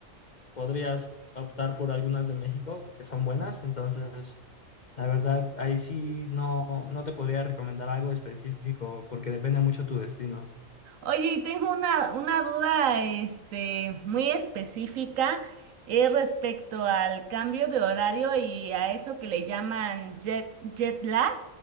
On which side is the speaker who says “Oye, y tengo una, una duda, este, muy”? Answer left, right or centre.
Right